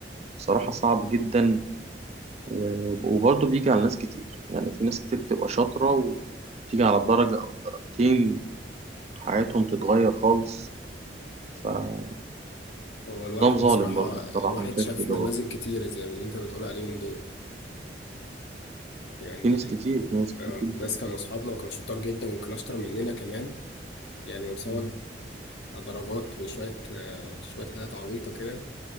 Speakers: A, on the right; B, on the left.
A: بصراحة صعب جدا و... وبرضه بيجي على ناس كتير يعني في ناس كتير بتبقى شاطرة وتيجي على درجة أو درجتين حياتهم تتغير خالص فنظام
B: هو الواحد بصراحة
A: ظالم برضه
B: الواحد
A: بصراحة أنا شايف
B: شاف
A: كده
B: نماذج
A: برضه
B: كتير زي اللي أنت بتقول عليهم دول يعني
A: في ناس كتير في ناس كتير
B: آه،
A: جدا
B: ناس كانوا أصحابنا وكانوا شطار جدا يمكن أشطر مننا كمان يعني بسبب
A: مم.
B: درجات وشوية آه، شوية حاجات عبيطة كده